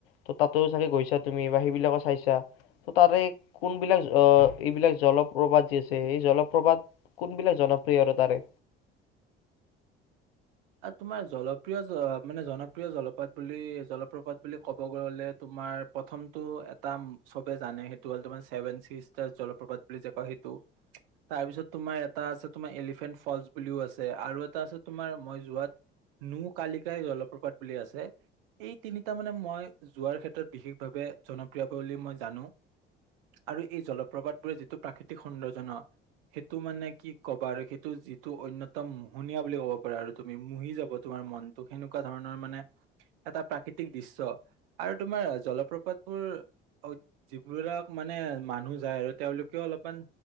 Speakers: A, on the left; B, on the right.
A: ত' তাতো চাগে গৈছা তুমি বা সেইবিলাকো চাইছা ত'তাৰে কোনবিলাক অহ এইবিলাক জলপ্ৰপাত যি আছে সেই জলপ্ৰপাত কোনবিলাক জনপ্ৰিয় আৰু তাৰে।
B: তোমাৰ জনপ্ৰিয় মানে জনপ্ৰিয় জলপাত বুলি জলপ্ৰপাত বুলি কব গলে তোমাৰ প্ৰথমতটো এটা চবে জানে সেইটো হ'ল তোমাৰ ছেভেন চিষ্টাৰ জলপ্ৰপাত বুলি যে কয় সেইটো তাৰপিছত তোমাৰ এটা আছে তোমাৰ এলিফেন্ট ফলচ বুলিও আছে আৰু এটা আছে তোমাৰ মই যো যোৱাত নো কালিকাই জলপ্ৰপাত বুলি আছে এই তিনিটা মানে মই যোৱাৰ ক্ষেত্ৰত বিশেষভাৱে জনপ্ৰিয় বুলি মই জানো আৰু এই জলপ্ৰপাত বোৰে যিটো প্ৰাকৃতিক সৌন্দৰ্য ন সেইটো মানে কি কবা আৰু সেইটো যিটো অন্যতম মোহনীয়া বুলি কব পাৰা আৰু। তুমি মুহি যাব তোমাৰ মনটোক সেনেকুৱা ধৰণৰ মানে এটা প্ৰাকৃতিক দৃশ্য আৰু তোমাৰ জলপ্ৰপাতবোৰ অত যিবিলাক মানে মানুহ যায় আৰু তেওঁলোকেও অলপমান